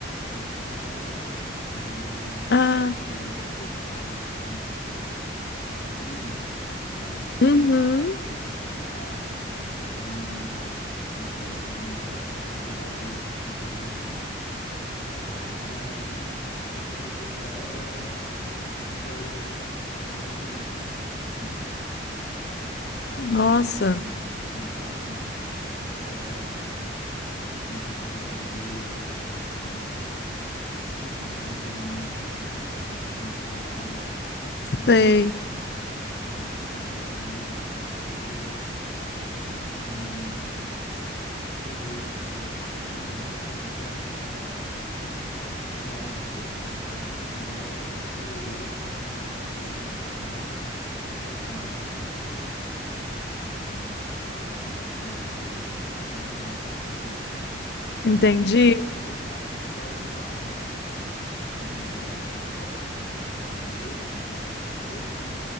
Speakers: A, on the left; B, on the left.
A: existem androides que realizam
B: Ah,
A: androides pessoais, assim, que as pessoas adquirem, né, para
B: uhum.
A: para fazer serviço de casa, para fazer companhia. Na série tem um androide que ele é cuidador de um idoso. É, e aí, no começo da história, os androides vão adquirindo algum tipo de consciência, assim sabe?
B: Nossa,
A: Eles começam a agir um pouco mais por conta própria, eles começam a se defender porque eles são muito, né? Por eles não serem humanos, eles são tratados muito mal e
B: sei.
A: é, aí eles são agredidos o tempo inteiro e o começo dele assim começa, a trama começa com algum, an- alguns androides, um ou outro, começando a apresentar comportamentos humanos. E aí vai o, o o desfecho, vai se dando a partir daí, sabe? E
B: Entendi.
A: vão tendo várias histórias em paralelo, assim. Você vive o ato de um androide, depois você vive o ato de outro, depois o ato de outro.